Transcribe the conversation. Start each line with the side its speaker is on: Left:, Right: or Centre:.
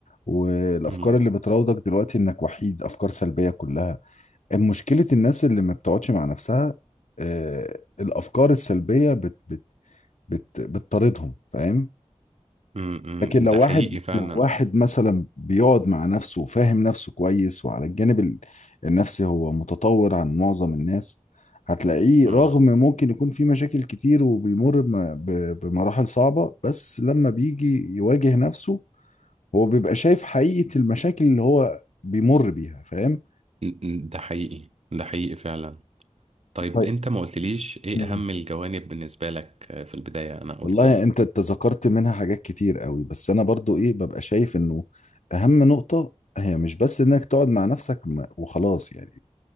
Left: والافكار
Right: امم
Left: اللي بتراودك دلوقتي انك وحيد افكار سلبية كلها مشكلة الناس اللي ما بتقعدش مع نفسها آه، الافكار السلبية بت بت بت بتطاردهم فاهم
Right: امم
Left: لكن لو
Right: ده
Left: واحد
Right: حقيقي فعلا
Left: لو واحد مثلا بيقعد مع نفسه وفاهم نفسه كويس وعلى الجانب ال- النفسي هو متطور عن معظم الناس هتلاقيه
Right: امم
Left: رغم ممكن يكون في مشاكل كتير وبيمر بم- ب- بمراحل صعبة بس لما بيجي يواجه نفسه هو بيبقى شايف حقيقة المشاكل اللي هو بيمر بيها فاهم
Right: ده حقيقي ده حقيقي فعلا طيب
Left: طيب
Right: انت ما قلتليش ايه
Left: مم.
Right: اهم الجوانب بالنسبة لك آه، في البداية انا قلت
Left: والله
Right: لك
Left: انت تذكرت منها حاجات كتير قوي بس انا برضو ايه ببقى شايف انه اهم نقطة هي مش بس انك تقعد مع نفسك م- وخلاص يعني